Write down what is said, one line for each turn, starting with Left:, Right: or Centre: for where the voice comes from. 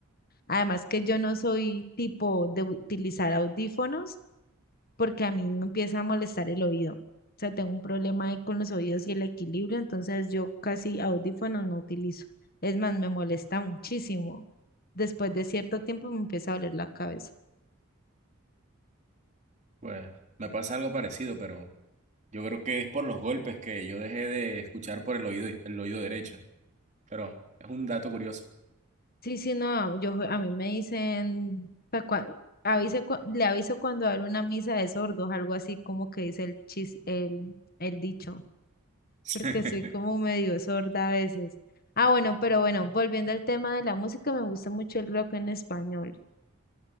Left: Además que yo no soy tipo de utilizar audífonos porque a mí me empieza a molestar el oído. O sea, tengo un problema ahí con los oídos y el equilibrio, entonces yo casi audífonos no utilizo. Es más, me molesta muchísimo. Después de cierto tiempo me empieza a doler la cabeza.
Right: Pues me pasa algo parecido, pero yo creo que es por los golpes que yo dejé de escuchar por el oído, el oído derecho. Pero es un dato curioso.
Left: Sí, sí, no, yo a mí me dicen, pa' cua- avise cua- le aviso cuando habrá una misa de sordos, algo así como que dice el chis, el, el dicho.
Right: <laughs>
Left: porque soy como medio sorda a veces. Ah, bueno, pero bueno, volviendo al tema de la música, me gusta mucho el rock en español.